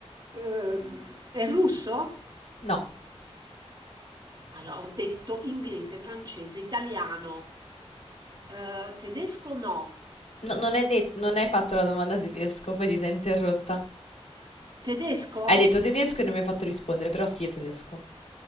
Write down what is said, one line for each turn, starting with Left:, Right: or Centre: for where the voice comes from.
Right: ehm, è russo?
Left: No.
Right: Allora, ho detto inglese, francese, italiano, eh, tedesco no.
Left: No- non hai det- non hai fatto la domanda tedesco, poi ti sei interrotta.
Right: Tedesco?
Left: Hai detto tedesco e non mi hai fatto rispondere, però sì è tedesco.